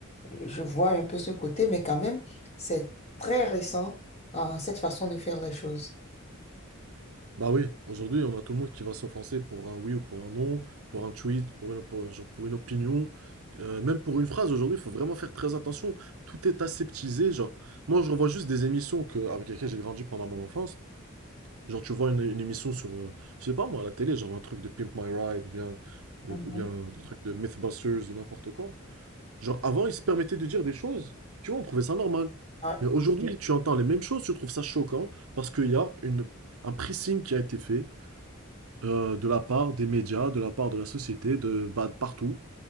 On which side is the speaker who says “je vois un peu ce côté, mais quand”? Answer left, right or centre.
Left